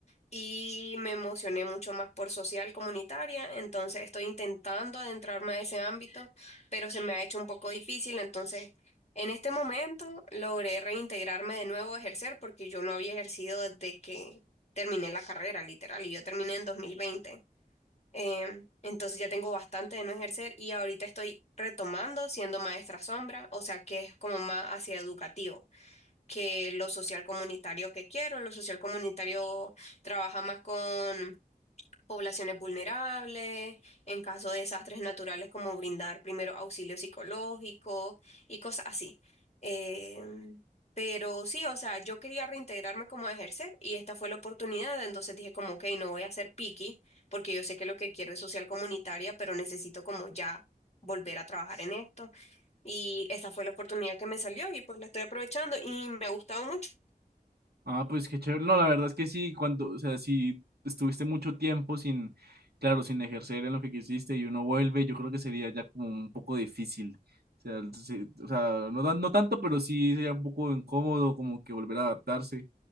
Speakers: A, on the left; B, on the right.
A: y me emocioné mucho más por social comunitaria, entonces estoy intentando adentrarme a ese ámbito, pero se me ha hecho un poco difícil, entonces en este momento logré reintegrarme de nuevo a ejercer porque yo no había ejercido desde que terminé la carrera, literal, y yo terminé en dos mil veinte Em, entonces ya tengo bastante de no ejercer y ahorita estoy retomando siendo maestra sombra, o sea que es como más hacia educativo que lo social comunitario que quiero. Lo social comunitario trabaja más con poblaciones vulnerables, en caso de desastres naturales como brindar primero auxilio psicológico y cosas así. Em, pero sí, o sea, yo quería reintegrarme como a ejercer y esta fue la oportunidad, entonces dije como, ok, no voy a ser picky porque yo sé que lo que quiero es social comunitaria, pero necesito como ya volver a trabajar en esto. Y esta fue la oportunidad que me salió y pues la estoy aprovechando y me ha gustado mucho.
B: Ah, pues qué chévere. No, la verdad es que sí, cuando, o sea, si estuviste mucho tiempo sin, claro, sin ejercer en lo que quisiste y uno vuelve, yo creo que sería ya como un poco difícil. O sea, sí, o sea, no, tan- no tanto, pero sí sería un poco incómodo como que volver a adaptarse.